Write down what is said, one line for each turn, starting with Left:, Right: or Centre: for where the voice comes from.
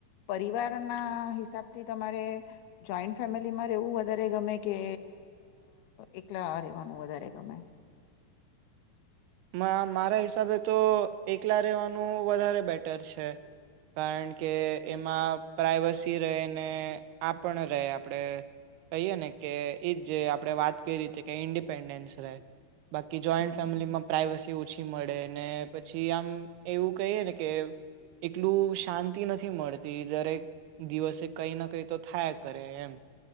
Left: પરિવારના હિસાબથી તમારે જોઈન્ટ ફેમિલીમાં રહેવું વધારે ગમે કે એકલા રહેવાનું વધારે ગમે?
Right: મારા હિસાબે તો એકલા રહેવાનું વધારે બેટર છે કારણ કે એમાં પ્રાઈવસી રહેને આપ રહે આપણે કહીએ ને કે એજ જે આપણે વાત કરી રતે કે ઇન્ડિપેન્ડન્સ રહે. બાકી જ જોઈન્ટ
Left: હમ
Right: ફેમિલીમાં આસી ઓછી મળે ને પછી આમ એવું કહીએ ને કે એકલું શાંતિ નથી મળતી દરેક દિવસે કઈ ના કઈ તો થાય કરે એમ